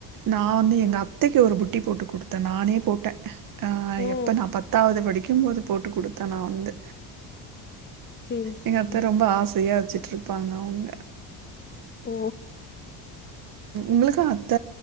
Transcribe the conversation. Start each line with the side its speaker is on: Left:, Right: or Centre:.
Right: நான் வந்து எங்க
Left: ஓ
Right: அத்தைைக்கு ஒரு புக் குட்டி போட்டு குடுத்தேன் நானே போட்டெ ஆ
Left: ஓ
Right: எப்ப நா பத்தாவது படிக்க <unintelligible> போது போட்டு குடு நான் வந்து.
Left: சரி சரி
Right: எங்க அத்த ரொம்ப ஆசயா வச்சிட்ருப்பாங்க அவுங்க
Left: ஓ
Right: உங்ளுக்கு அத்த